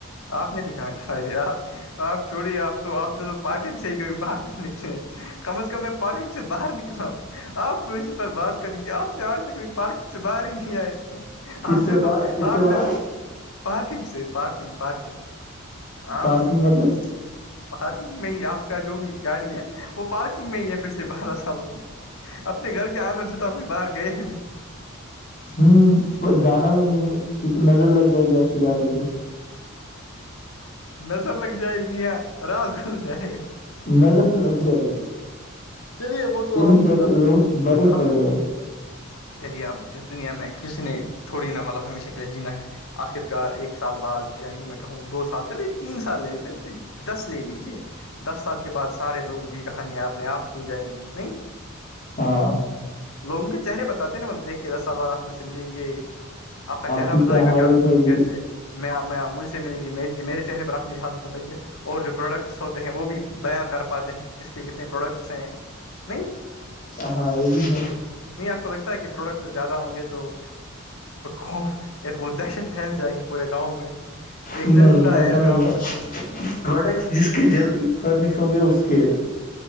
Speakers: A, on the left; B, on the left.
A: آپ نے بھی کہاں چلا یہ آپ آپ چھوڑی آپ تو آپ نے تو پارکنگ صحیح کبھی باہر نہیں نکلے کم از کم میں پارکنگ سے باہر نکلا ہ آپ اس پر بات کریں گے آپ نے آج تک پارک سے باہر ہی نہیں آئے
B: کس
A: آپ
B: سے
A: نے تو
B: کس
A: آپ
B: سے باہر
A: نے تو پارکنگ سےارکگارکنگ آپ
B: پارکنگ مطلب
A: پارکنگ میں ہی آپ کا جو بھی گاڑی ہے وہ پارکنگ میں ہی ہے پچھلے بارہ سالوں سے اپنے گھر کے آنگن سے توبئی باہر گئے ہی نہیں
B: ہوں جانا بھی نہیں ہے کیونکہ نظر لگ جائے گی ایسی گاڑی کو
A: نظر لگ جائے گی یا راز کھل جائے گا
B: نظر لگ جائے گی
A: چلیے وہ تو
B: پھرے
A: ہم
B: جیسے
A: اب
B: لوگ برے
A: ہم
B: پڑے ہیں
A: چلیے اب اس دنیا میں کسی نے تھوڑی نا مطلب ہمیشہ کے لیے جینا ہے آخر کار ایک سال بعد ی ہوں میں کہوں دو سال چلے تین سال لے لیتے دس لے لیجیے دس سال کے بعد سارے لوگوں کی کہانیاں اپنے آپ کھل جائیں گی نہیں
B: ہاں
A: لوگوں کے چہرے بتے ہیں ن مطل دیکھیے دس سال ب آپ مجھ سے ملیں گے آپ کا چہ
B: کی
A: بتائے
B: کیا
A: گا
B: حالت
A: کہ آپ کی زندگی
B: ہوگی
A: کیسے میں آپ میں مھ سے مل گی میری میرے چہرے پر آپ می ہیلت بتیں گے اور جو پروڈکٹس ہوتے ہیں وہ بھی بیاں کر پاتے ہیں کہ کس کے کتنے پروڈکٹس ہیں نہیں
B: ہاں یہ بھی ہے
A: نہیں آپ کو لگتا ہے کہ پروڈکٹ زیادہ ہوں گے تو خوف ایک وہ دہشت پھیل جائے گی پورے گاؤں میں ایک
B: نہیں
A: درندہ
B: ایسا
A: اس
B: نہیں
A: گاؤں
B: ہے
A: میں
B: پروڈکٹس جس کی جلدی فرنش ہوں گے اس کے